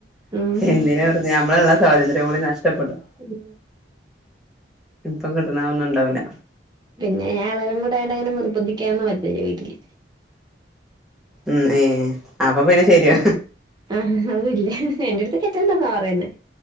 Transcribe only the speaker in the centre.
എന്തിനാ വെറുതെ നമ്മളെ ഇള്ള സ്വാതന്ത്ര്യം കൂടി നഷ്ട്ടപ്പെടും
ഇപ്പം കിട്ടണ അതൊന്നുണ്ടാവില്ല
ഉം ഏഹ് അപ്പൊ പിന്നെ ശരിയാ